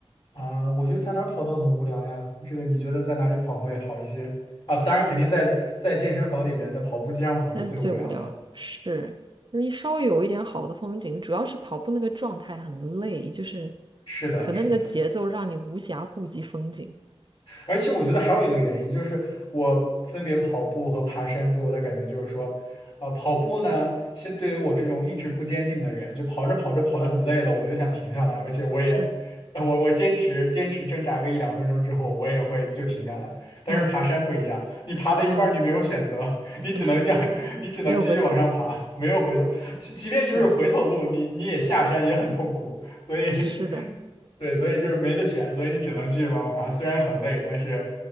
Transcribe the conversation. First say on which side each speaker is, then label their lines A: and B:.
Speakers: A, on the left; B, on the right.
A: 啊，我觉得在哪儿跑都很无聊呀。这个你觉得在哪里跑会好一些啊？当然，肯定在在健身房里边的跑步机上跑是最无聊的。
B: 那最无聊是你稍微有一点好的风景，主要是跑步那个状态很累，就是
A: 是的，
B: 可能那个节奏让你无暇顾及风景。
A: 是的。而且我觉得还有一个原因，就是我分别跑步和爬山给我的感觉就是说，啊、跑步呢，现对于我这种意志不坚定的人，就跑着跑着跑得很累了，我就想停下来，而且我也，
B: 是，
A: 呃我我坚持坚持挣扎个一两分钟之后，我也会就停下来。但是爬山不一样，
B: 嗯
A: 你爬到一半儿你没有选择，
B: 嗯，
A: <laughs> 你只能让
B: 对，
A: <laughs>，你只能继续往上爬，
B: 没有回头路。
A: 没有回头，即即便就是回头路，
B: 是
A: 你你也下山也很痛苦，所以
B: 是的，
A: <laughs>。对，所以就是没得选，所以你只能继续往上爬。虽然很累，但是，